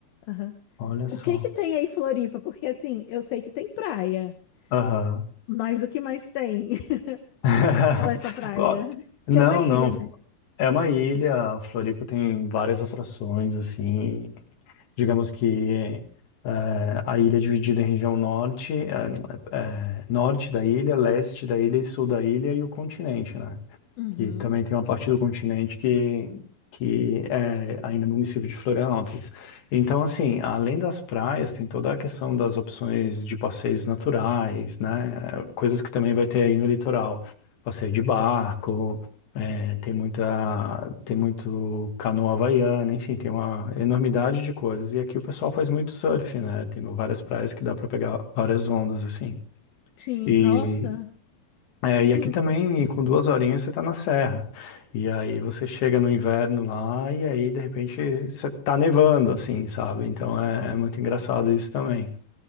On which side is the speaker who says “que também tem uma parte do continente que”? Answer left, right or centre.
Left